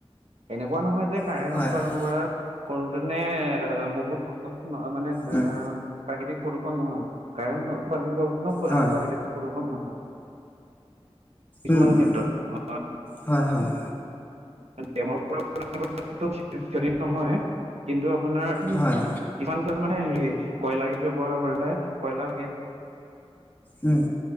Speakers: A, on the right (about 85°); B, on the left (about 15°).
A: এনেকুৱা নহয় যে কাৰেণ
B: হয়
A: উৎপাদন
B: হয়
A: কৰাৰ কৰোতেনে এ-এ বহুত খৰচ মা-মানে এ
B: উম
A: -এ প্ৰাকৃতিক প্ৰদূষণ নহয় কাৰেণ্ট উৎপাদন কৰোতেনো প্ৰাকৃতিক
B: হয়
A: প্ৰদূষুণ হয় কিছুমান
B: উম উম
A: ক্ষেত্ৰত
B: হয় হয়
A: নহয় কিন্তু আপোনাৰ উম কিছুমান খেতত মানে
B: হয়
A: হেৰি কয়লা কিছু ব্যৱহাৰ কৰিলে কয়লাৰ
B: উম